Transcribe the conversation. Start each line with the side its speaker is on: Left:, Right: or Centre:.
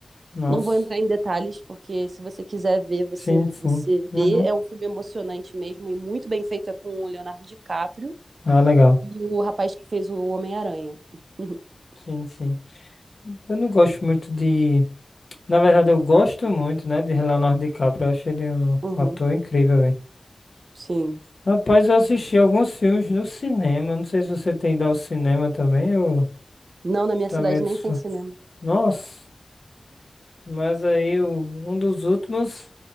Left: Nossa.
Right: Não vou entrar em detalhes, porque se você quiser ver, você,
Left: Sim, sim.
Right: você vê.
Left: Uhum.
Right: É um filme emocionante mesmo e muito bem feito. É com o Leonardo DiCaprio.
Left: Ah, legal.
Right: E o rapaz que fez o Homem-Aranha. <laughs>
Left: Sim, sim. Eu não gosto muito de. Na verdade, eu gosto muito, né, de Leonardo DiCaprio. Eu acho ele um
Right: Uhum,
Left: ator
Right: Uhum.
Left: incrível, velho.
Right: sim.
Left: Rapaz, eu assisti alguns filmes no cinema. Não sei se você tem ido ao cinema também. Eu
Right: Não, na minha
Left: também
Right: cidade nem
Left: sou.
Right: tem cinema.
Left: Nossa. Mas aí, o- um dos últimos